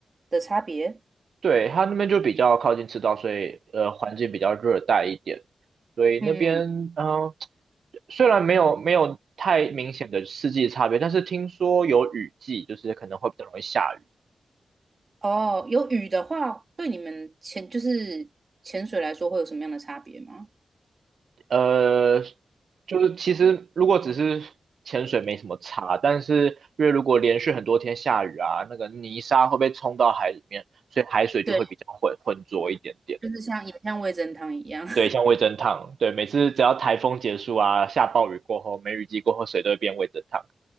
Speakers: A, on the right (about 35°); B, on the right (about 70°).
A: 的差别。
B: 对，它那边就比较靠近赤道，所以呃环境比较热带一点，所以那边嗯、
A: 嗯嗯，
B: 呃虽然没有没有太明显的四季差别，但是听说有雨季，就是可能会比较容易下雨。
A: 哦，有雨的话，对你们潜就是潜水来说会有什么样的差别吗？
B: 呃，就是其实如果只是潜水没什么差，但是因为如果连续很多天下雨啊，那个泥沙会被冲到海里面，所以海水就会比较浑浑浊一点点。
A: 对，就是像也像味噌汤一样，
B: 对，像味噌汤，对，每次只要台风结束啊，下暴雨过后，梅雨季过后，水都会变味噌汤。